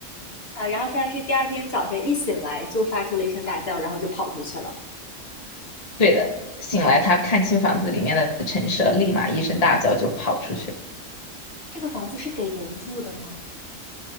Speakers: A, on the left; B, on the left.
A: 啊，然后现在是第二天早晨一醒来就发出了一声大叫，然后就跑出去了。
B: 对的，醒来他看清房子里面的陈设，立马一声大叫就跑出去，
A: 这个房子是给人住的吗？